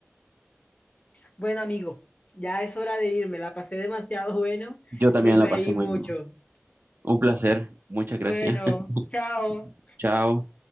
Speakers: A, on the left; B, on the right.
A: Bueno, amigo, ya es hora de irme. La pasé demasiado bueno.
B: Yo también
A: Me reí
B: la pasé muy
A: mucho.
B: bien. Un placer. Muchas gracias.
A: Bueno, chao.
B: <laughs> Chao.